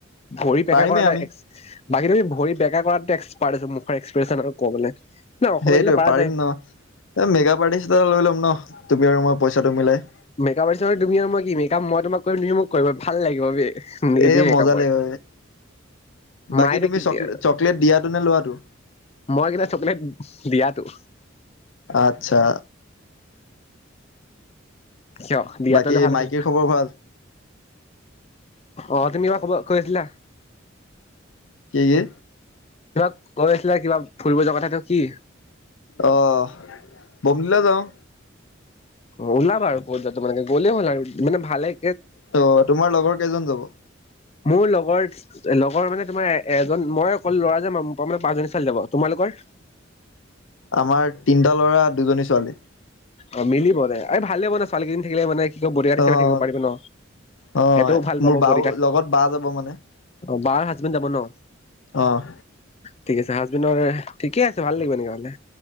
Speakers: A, on the left; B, on the left.
A: ভৰি বেকা
B: পাৰিমেই
A: কৰা এটা
B: আমি
A: এক বাকী তুমি ভৰি বেকা কৰা পাৰ আছ মুখৰ এক্সপ্ৰেচন আৰু কবলে ন অসমীয়া
B: সেইটোৱেই
A: দিলে পাৰা
B: পাৰিম
A: যায়
B: ন এ মেকাপ আৰ্টিষ্ট এটা লৈ ল'ম ন তুমি আৰু মই পইচাটো মিলাই
A: মেপআপ আৰ্টিষ্ট নো তুমি আৰু মই কি মই তোমাক কৰিম তুমি মোক কৰিবা ভাল লাগিব বে নিজে
B: এ
A: মেকআপ
B: মজা
A: কৰে
B: লাগিব, বাকী
A: মাই
B: তুমি
A: এতিয়া কেতিয়া
B: চকলে চকলেট দিয়াটো নে লোৱাটো?
A: মই কিন্ত চকলেট দিয়াতটো
B: আচ্ছা
A: কিয় দিয়াতো
B: বাকী
A: হ'লে ভাল
B: মাইকীৰ
A: আছিল
B: খবৰ ভাল
A: অ' তুমি খবৰ কৈ আছিলা
B: কি কি
A: কিবা কৈ আছিলে কিবা ফুৰিব যোৱা কথাটো কি
B: অ' বমডিলা যাওঁ
A: অ' ওলাব আৰু কত যোৱা তোমালোকে গ'লেই হ'ল আৰু মানে ভালে
B: ত তোমাৰ লগৰ কেইজন যাব
A: মোৰ লগৰ লগৰ মানে তোমাৰ এ এজন মই অকল ল'ৰা যে মানে পাঁচ জনী ছোৱালী যাব তোমালোকৰ
B: আমাৰ তিনটা লৰা দুজনী ছোৱালী
A: অ' মিলিব দে এই ভালে হব ন ছোৱালী কেইজনী থাকিলে মানে কি কয় বডিগাৰ্ড হিচাপে
B: অ'
A: থাকিব পাৰিব ন
B: অ'
A: এইটোও ভাল পাব
B: মোৰ বাও
A: বডিগাৰ্ড
B: লগত বা যাব মানে
A: অ' বাৰ হাজবেণ্ড যাব ন
B: অ'
A: ঠিক আছে হাজ ঠিকে আছে ভাল লাগিব এনেকে হলে